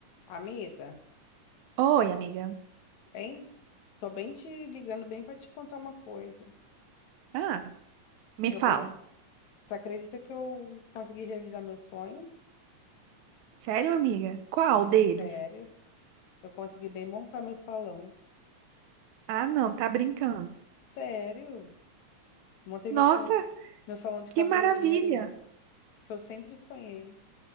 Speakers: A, on the left; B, on the right.
A: Amiga,
B: Oi, amiga.
A: hein? Tô bem te ligando bem para te contar uma coisa.
B: Ah, me
A: Eu
B: fala.
A: bem, você acredita que eu consegui realizar meu sonho?
B: Sério, amiga? Qual deles?
A: Sério? Eu consegui bem montar meu salão.
B: Ah, não, tá brincando.
A: Sério? Montei
B: Nossa,
A: meu salão, meu salão de
B: que
A: cabeleireiro
B: maravilha!
A: que eu sempre sonhei.